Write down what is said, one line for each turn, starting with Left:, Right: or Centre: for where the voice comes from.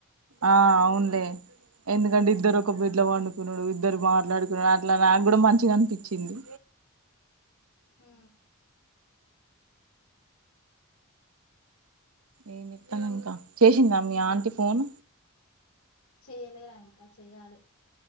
Right: ఆ అవును లే ఎందుకంటే ఇద్దరు ఒక బిడ్డ పండుకునుడు ఇద్దరు మాట్లాడుకునుడు అట్లా నాకు గూడా మంచిగానిపించింది
Left: ఉ
Right: ఏం చేతన్నామ్ ఇంకా చేసిందా మీ ఆంటి ఫోన్
Left: చెయ్యలేరా ఇంకా చెయ్యాలి